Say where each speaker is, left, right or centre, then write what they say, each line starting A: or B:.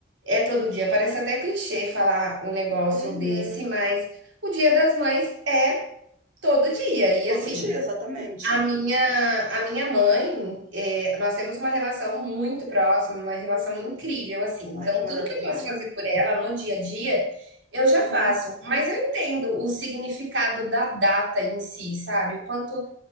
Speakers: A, on the right; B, on the right.
A: é todo dia. Parece até clichê falar um negócio
B: <laughs> Uhum.
A: desse, mas o Dia das Mães é todo dia. E
B: Todo
A: assim,
B: dia, exatamente.
A: a minha, a minha mãe, é, nós temos uma relação muito próxima, uma relação
B: Uhum.
A: incrível, assim. Então,
B: Ai, que maravilha.
A: tudo que eu posso fazer por ela no dia a dia, eu já
B: Uhum.
A: faço. Mas eu entendo o significado da data em si, sabe? O quanto